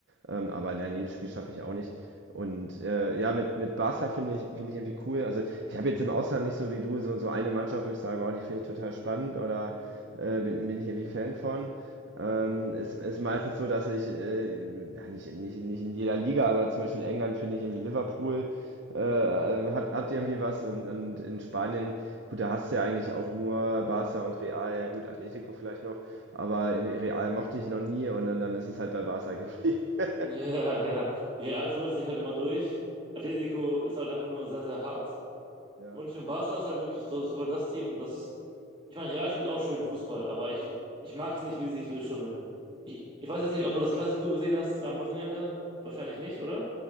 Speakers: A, on the right (about 70°); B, on the right (about 25°).
A: Ähm, aber nein, jedes Spiel schaffe ich auch nicht. Und äh, ja, mit, mit Barca finde ich, finde ich irgendwie cool. Also ich habe jetzt im Ausland nicht so wie du so, so eine Mannschaft, wo ich sage, oh, die finde ich total spannend oder äh, bin, bin ich irgendwie Fan von ähm, ist, ist meistens so, dass ich, äh, ja, nicht, nicht, nicht in jeder Liga, aber zum Beispiel in England finde ich irgendwie Liverpool äh, hat, hat irgendwie was und, und in Spanien, gut, da hast du ja eigentlich auch nur Barca und Real, ja gut, Atletico vielleicht noch, aber irgendwie Real mochte ich noch nie und dann, dann ist es halt bei Barca geblieben. <laughs>
B: Ja, ja. Real schummelt sich halt immer durch. Atletico ist halt einfach nur sehr, sehr hart.
A: Ja.
B: Und im Barca ist halt wirklich so, so das Team, das. Ich meine, Real spielt auch schön Fußball, aber ich, ich mag es nicht, wie sie sich durchschummeln. Ich, ich weiß jetzt nicht, ob du das Klassiko gesehen hast am Wochenende. Wahrscheinlich nicht, oder?